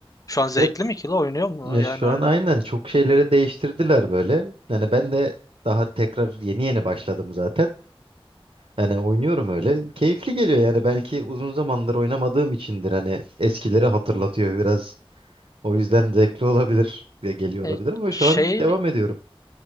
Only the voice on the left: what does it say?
Şu an zevkli
mi ki la oynuyor mu
yani
hala?
E,
şey